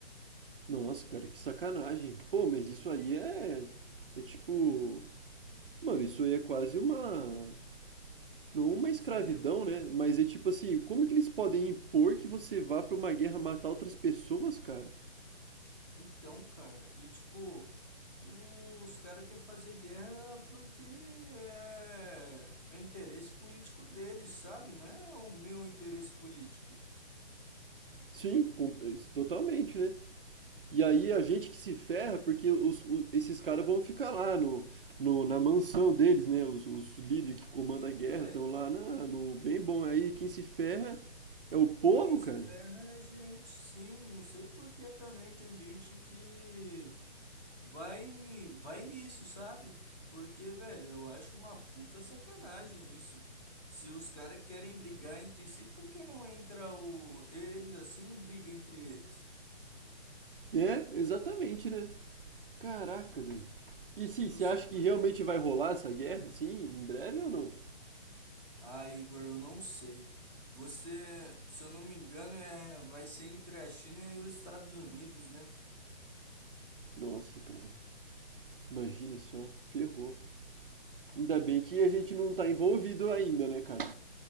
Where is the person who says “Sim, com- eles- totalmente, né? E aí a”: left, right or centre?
Right